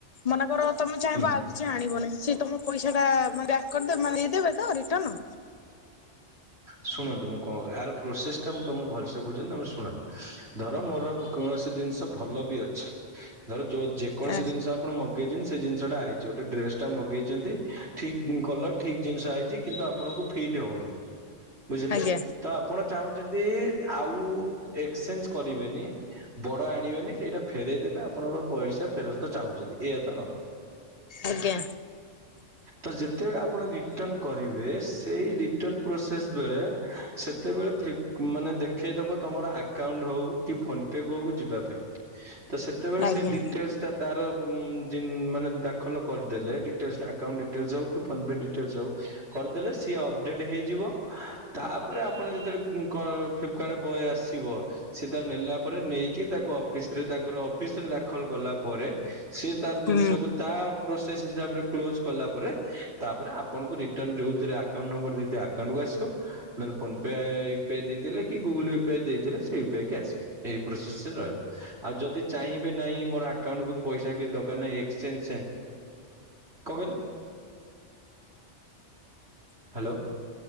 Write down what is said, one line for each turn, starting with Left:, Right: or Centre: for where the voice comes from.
Left: ମନେକର ତମେ ଚାହିଁବ
Right: ହୁଁ
Left: ଆଉ କିଛି ଆଣିବ ନାହିଁ। ସିଏ ତମ ପଇସାଟା ବ୍ୟାକ୍ କରିଦବେ ମାନେ ଇଏ ଦେବେ ତ ରିଟର୍ନ।
Right: ଶୁଣନ୍ତୁ ମୁଁ କଣ ଏହାର ପ୍ରୋସେସ ଟା ମୁଁ ତମକୁ ଭଲସେ ବୁଝନି ତମେ ଶୁଣ, ଧର ମୋର କୌଣସି ଜିନଷ ଭଲ ବି ଅଛି ଧର ଯ ଯେକୌଣସି
Left: ଆ
Right: ଜିନଷ ଆପଣ ମଗେଇଛନ୍ତି ସେ ଜିନଷଟା ଆଇ ଯୋଉଟା ଡ୍ରେସଟା ମଗେଇଛନ୍ତି ଠିକ କଲର ଠିକ ଜିନଷ ହେଇଛି କିନ୍ତୁ ଆପଣଙ୍କୁ ଫିଟ୍ ହଉନି। ବୁଝିଲେ
Left: ଆଜ୍ଞା
Right: ତ ଆପଣ ଚାହୁଁଛନ୍ତି ଆଉ ଏକ୍ସଚେଞ୍ଜ କରିବେନି ବଡ ଆଣିବେନି ସେଇଟା ଫେରଇ ଦେବେ ଆପଣଙ୍କ ପଇସା ଫେରସ୍ତ ଚାହୁଁଛନ୍ତି। ଏଇଆ ତ।
Left: ଆଜ୍ଞା।
Right: ତ ଯେତେବେଳେ ଆପଣ ରିଟର୍ନ କରିବେ, ସେଇ ରିଟର୍ନ ପ୍ରୋସେସ ବେଳେ, ସେ ତେବେଳେ ଫିପ ମାନେ ଦେଖେଇଦବ ତମର ଆକାଉଣ୍ଟ ହଉ କି ଫୋନ ପେ କୁ ଯିବା ପାଇଁ। ତ ସେତେବେଳେ
Left: ଆଜ୍ଞା
Right: ସେ ଡିଟେଲ୍ସଟା ତାର ଉମ୍ ଜିନ୍ ମାନେ ଦାଖଲ କରିଦେଲେ ଡିଟେଲ୍ସଟା ଆକାଉଣ୍ଟ ଡିଟେଲ୍ସ ହଉ କି ଫୋନ ପେ ଡିଟେଲ୍ସ ହଉ, କ ରଦେଲେ ସିଏ ଅପଡେଟ୍ ହେଇ ଯିବ ତାପରେ ଆପଣ ଯେତେବେଳେ କ ଫ୍ଲିପକାର୍ଟ ବୟେ ଆସିବ। ସେ ତାର ନେଲା ପରେ ନେଇକି ତାକୁ ଅଫିସରେ ତାଙ୍କର ଅଫିସ ରେ ଦାଖଲ କଲା ପରେ ସିଏ ତାର
Left: ହୁଁ।
Right: ଜିନିଷକୁ ତା ପ୍ରୋସେସ ହିସାବରେ କ୍ଲୋଜ କଲା ପରେ ତାପରେ ଆପଣଙ୍କୁ ରିଟର୍ନ ଯୋଉ ଥିରେ ଆକାଉଣ୍ଟ ନମ୍ବର ଦେଇଥିବେ ଆକାଉଣ୍ଟକୁ ଆସିବ, ନହେଲେ ଫୋନ୍ ପେ ଆଇ ୟି ଦେଇଥିଲେ କି ଗୁଗଲେ ଦେଇଥିଲେ ସେୟୁପିଆଇ କି ଆସିବ ଏଇ ପ୍ରୋସେସ ରେ ରହିବ। ଆଉ ଯଦି ଚାହିଁବେ ନହିଁ ମୋର ଆକାଉଣ୍ଟ କୁ ପଇସା କିଛି ଦରକାର ନାହିଁ ଏକ୍ସଚେଞ୍ଜ ଯଏଁ କଣ କହିଲ ହ୍ୟାଲୋ।